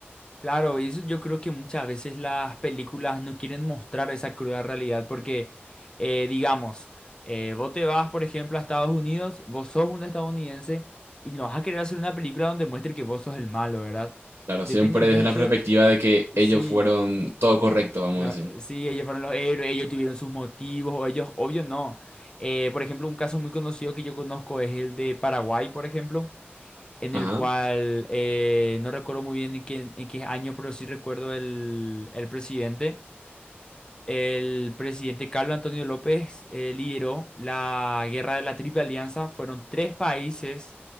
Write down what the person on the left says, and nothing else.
Claro, y eso yo creo que muchas veces las películas no quieren mostrar esa cruda realidad porque, eh, digamos, eh, vos te vas, por ejemplo, a Estados Unidos, vos sos un estadounidense y no vas a querer hacer una película donde muestre que vos sos el malo, ¿verdad?
Depende mucho
eh,
si,
la-
si ellos fueron los héroes, ellos tuvieron sus motivos o ellos, obvio, no. Eh, por ejemplo, un caso muy conocido que yo conozco es el de Paraguay, por ejemplo en
el cual eh, no recuerdo muy bien en qué, en qué año, pero sí recuerdo el, el presidente. El presidente Carlos Antonio López eh, lideró la guerra de la Triple Alianza. Fueron tres países